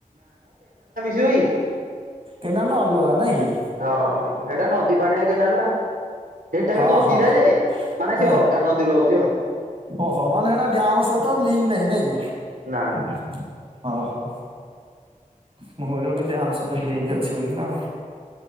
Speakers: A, on the right; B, on the right.
A: ଜୁଇ
B: କେନାଲ ଟା ଅଲଗା ନାଇଁ କି?
A: ହଁ ଏଇଟା ନଦୀ ପାଣି ଏ କେନାଲଟା ହେଟା
B: ହଁ
A: ବି ନଦୀଟା
B: ହଁ
A: ଯେ ମାନେ
B: ହେଁ
A: ସେ ଅଲଗା ନଦୀରୁ ଆଉଛି ଆଉ।
B: ଓହୋ ମାନେ ସେଟା ଡ୍ୟାମ ସହିତ ଲିଙ୍କ ନାହିଁ ନାଇଁ କି?
A: ନା
B: ଓ ହୋ। ମୁଁ କହିଲି ବୋଧେ ଡ୍ୟାମ ସହିତ ଲିଙ୍କ୍ ଅଛି ବୋଲିନା ଆଉ।